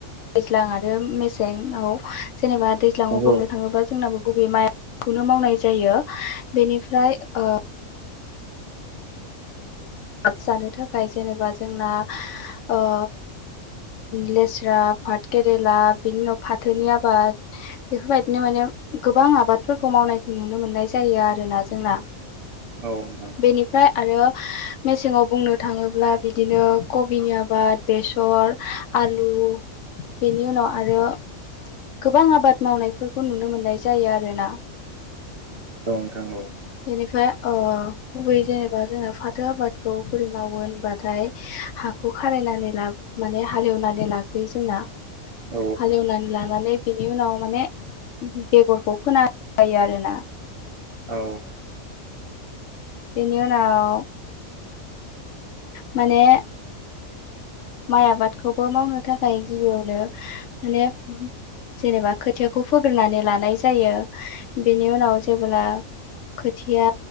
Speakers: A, on the left (about 65°); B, on the right (about 55°).
A: दैज्लां आरो मेसेंआव जेनेबा दैज्लाङाव
B: नंगौ
A: बुंनो थाङोबा जोंनाबो गुबै माइखौनो मावनाय जायो। बेनि फ्राय ओ आर्ट जानो थाखाय जेनेबा जोंनाओ लेस्रा पा्ाथ केरेला बिनि उनाव फाथोनि आबाद बेफोरबायदिनो माने गोबां आबादफोरखौ मावनायखौ नुनो मोननाय जायो आरोना जोंना
B: औ औ।
A: बेनिफ्राय आरो मेसेंआव बुंनो थाङोब्ला बिदिनो कबिनि आबाद बेसर आलु बेनि उनाव आरो गोबां आबाद मावनायफोरखौ नुनो मोननाय जायो आरोना
B: औ नोंथां औ।
A: बेनिफ्राय गुबैयै जेनेबा जोंना फाथो आबादखौ बोरै मावो होनबाथाय हा खौ खारायनानै ला माने हालेवनानै लाग्रयो जोंना
B: औ
A: हालेवनानै लानानै बिनि उनाव माने बेगरखौ फोनाय जायो आरोना
B: औ।
A: बेनि उनाव मानेओ माइ आबादखौबो मावनो थाखाय गिबियावनो माने जेनेबा खोथियाखौ फोग्रोनानै लानाय जायो बेनि उनाव जेब्ला खोथिया